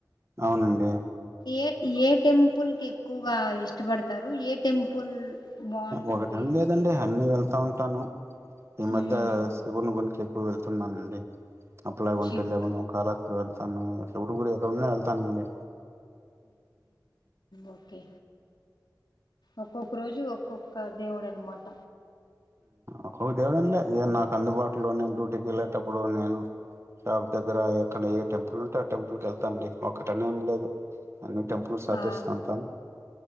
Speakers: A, on the right (about 35°); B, on the left (about 80°).
A: అవునండి.
B: ఏ ఏ టెంపుల్ కి ఎక్కువగా ఇష్టపడతారు ఏ టెంపుల్ బాగుంటుంది
A: ఒకటని
B: అంటే
A: లేదండి అన్నీ వెళ్తా ఉం తను ఈ మధ్య
B: ఉమ్
A: సివుని గూంచి ఇప్పుడు వెళ్తున్నానండి అప్పుడే ఉంటే
B: శివుడు
A: లెవెన్ కాలే ఇక్కడు వెళ్తాను శివుడి గుడి ఎక్కడన్నా వెళ్తానండి
B: ఓకే ఒక్కొక్క రోజు ఒక్కొక్క దేవుడు అనమాట
A: ఒక్క దేవుడంటే నాకు అందుబాటులో నేను డ్యూటీకి వెళ్ళేటప్పుడు నేను షాప్ దగ్గర ఎక్కడ ఏ టెంపుల్ ఉంటే ఆ టెంపుల్కి వెళ్తానండి ఒక్కటనే ఏం లేదు అన్ని టెంపుల్ సర్ధస్తంటాం
B: ఆ